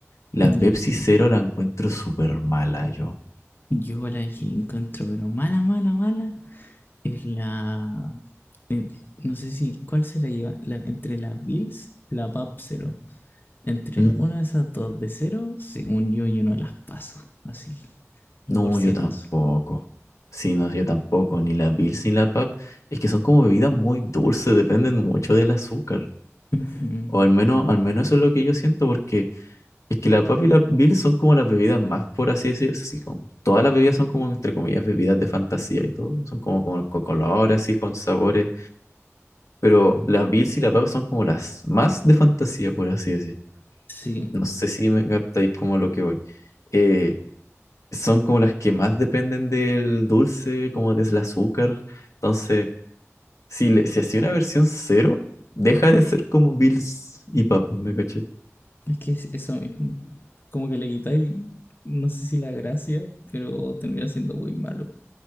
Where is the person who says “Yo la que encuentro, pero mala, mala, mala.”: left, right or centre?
Left